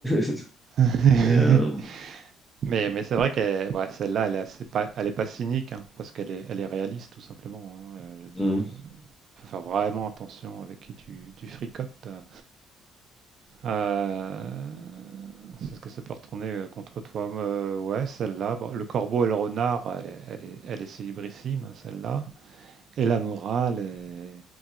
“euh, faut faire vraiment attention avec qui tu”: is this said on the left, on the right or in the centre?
Right